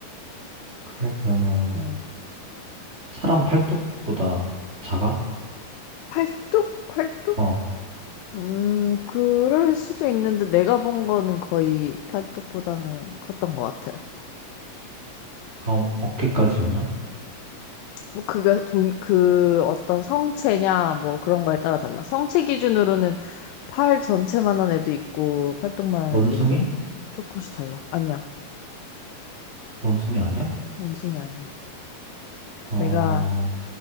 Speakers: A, on the right (about 25°); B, on the left (about 85°).
A: 그래? 그러면
B: 음.
A: 사람 팔뚝보다 작아?
B: 팔뚝? 팔뚝?
A: 어.
B: 음, 그럴 수도 있는데 내가 본 거는 거의 팔뚝보다는 컸던 것 같아.
A: 아, 어깨까지 오나?
B: 뭐 그게 돈, 그 어떤 성체냐 뭐 그런 거에 따라 달라. 성체 기준으로는 팔 전체만한 애도 있고 팔뚝만한
A: 원숭이?
B: 애도 있고 조금씩 달라. 아니야.
A: 원숭이 아니야?
B: 원숭이 아니야.
A: 아,
B: 내가